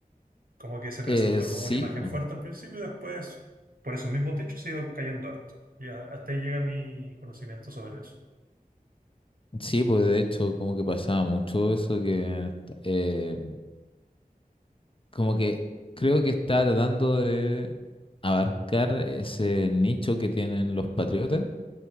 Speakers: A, on the right (about 70°); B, on the left (about 35°).
A: Como que se presentó
B: Eh, sí,
A: como una imagen
B: po.
A: fuerte al principio y después, por esos mismos dichos, se ha ido cayendo harto. Y a- hasta ahí llega mi conocimiento sobre eso.
B: sí, pues de hecho como que pasaba mucho eso que eh, como que creo que está tratando de abarcar ese nicho que tienen los patriotas